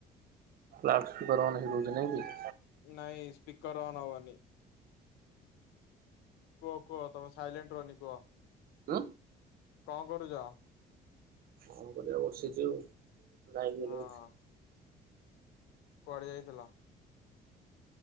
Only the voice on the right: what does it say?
ଲାଉଡ୍ ସ୍ପିକର୍ ଅନ୍ ହେଇ <unintelligible>
ହୁଁ।
କଣ କରିବା ବସିଛୁ, ଯାଇଥିଲୁ।